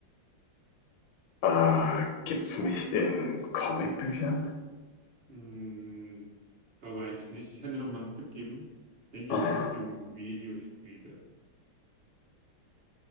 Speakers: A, on the left; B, on the right.
A: Äh, gibt's mich in Comicbüchern?
B: Hm, glaube eigentlich nicht. Ich kann dir noch mal einen Tipp geben. Denk in
A: Oh.
B: die Richtung Videospiele.